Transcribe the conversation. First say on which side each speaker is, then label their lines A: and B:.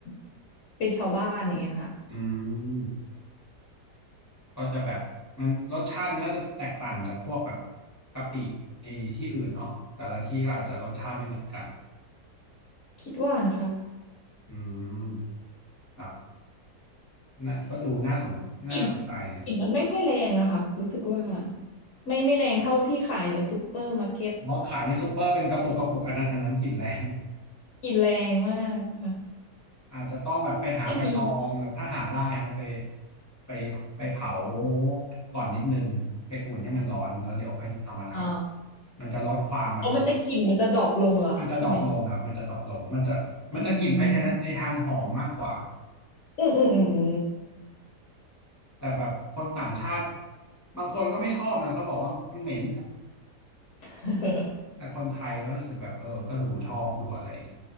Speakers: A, on the left (about 55°); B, on the left (about 20°).
A: ำเป็นชาวบ้านอย่างเงี้ยค่ะ
B: อืมก็จะแบบมันรสชาติมันน่าจะแตกต่างจากพวกแบบกะปิไอ้ที่อื่นเนาะแต่ละที่ก็อาจจะรสชาติไม่เหมือนกัน
A: คิดว่านะคะ
B: อืมครับน่ะก็ดูน่าสนน่าสนใจนะ
A: กลิ่นกลิ่นมันไม่ค่อยแรงอะค่ะรู้สึกว่าไม่ไม่แรงเท่าที่ขายในซูเปอร์มาร์เก็ต
B: เพราะขายในซูเปอร์เป็นกระปุกกระปุกอันนั้นอันนั้นกลิ่นแรง <laughs>
A: กลิ่นแรงมากค่ะ
B: อาจจะต้องแบบไปหาใบตองแบบถ้าหาได้ครับไป
A: จะมี
B: ไปไปเผาก่อนนิดนึงไปอุ่นให้มันร้อนแล้วเดี๋ยวค่อยเอามาทำมันจะลดความแบบ
A: อ๋อ อ๋อมันจะกลิ่นมันจะดรอปลงเหรอคะใช่ไหม
B: มันจะดรอปลงครับมันจะดรอปลงมันจะมันจะกลิ่นไปในในทางหอมมากกว่า
A: อืมอืมอืมอืมอื
B: แต่แบบคนต่างชาติบางคนก็ไม่ชอบนะเขาบอกว่ามันเหม็น
A: ม
B: แต่คนไทยก็รู้สึกแบบเออก็ดูชอบดูอะไรอย่างนี้